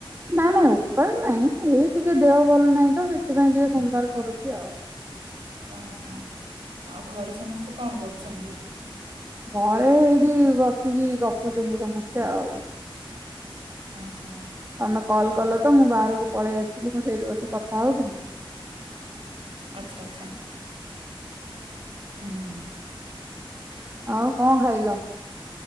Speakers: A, on the right (about 25°); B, on the right (about 75°).
A: ନାଇଁ ନାଇଁ ଉପାସ ନାଇଁ ଏଇ ଟିକେ ଦେହ ଭଲ ନାହିଁ ତ ସେଥିପାଇଁ ଟିକେ ସମବାର କରୁଚି ଆଉ।
B: ଅହ ଆଉ ଘରେ ସମସ୍ତେ କଣ କରୁଛନ୍ତି?
A: ଘରେ ହେଇଟି ବସିକି ଗପୁଚନ୍ତି ସମସ୍ତେ ଆଉ।
B: ଓହୋ
A: ତମେ କଲ୍
B: ହଁ
A: ତ ମୁଁ ବାହାରକୁ ପଳେଇ ଆସିଥିଲି ମୁଁ ସେଇଠୁ ବସିି କଥା ହଉଥିଲି।
B: ଆଚ୍ଛା ଆଚ୍ଛା। ହୁଁ।
A: ଆଉ କଁ ଖାଇଲ?